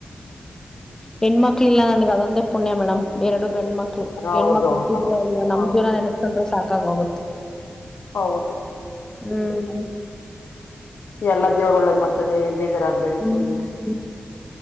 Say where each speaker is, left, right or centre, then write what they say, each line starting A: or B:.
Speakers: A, on the left; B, on the left.
A: ಹೆಣ್ಮಕ್ಳ ಇಲ್ಲ ನನಗೆ ಅದೊಂದೇ ಪುಣ್ಯ ಮೇಡಮ್ ಬೇರೆರಡು ಗಂಡ ಮಕ್ಳು
B: ಹ್ಮ್ ಹೌದೌದೌದು
A: ಹೆಣ್ಮ ಮಕ್ಳುಟ್ಟಿದ್ರೆ ಅಲ್ಲ ನಮಮ್ಮ
B: ಹೌದು
A: ಜವನ ನೆನೆಸ್ಕೊಂಡ್ರೆ ಸಾಕಾಗೋಗುತ್ತೆ
B: ಹೌದು
A: ಹ್ಮ್
B: ಎಲ್ಲಾ ದೇವ್ರ ಒಳ್ಳ್ ಮಾಡ್ತಾನೆ ಬೇಜಾರಾಗಬೇಡಿ
A: ಹ್ಮ್
B: ಸುೀರ್